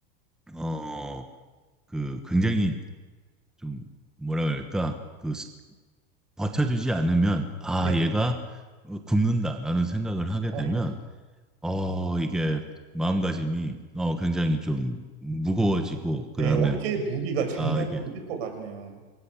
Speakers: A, in the centre; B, on the right.
A: 어 그 굉장히 좀 뭐라 그럴까 그 스- 버텨주지 않으면 아
B: 네.
A: 얘가 어, 굶는다라는 생각을 하게
B: 아이고,
A: 되면 어 이게 마음가짐이 어 굉장히 좀 무거워지고
B: 네,
A: 그다음에
B: 어깨에 무리가 장난이
A: 아 이게
B: 아닐 것 같네요.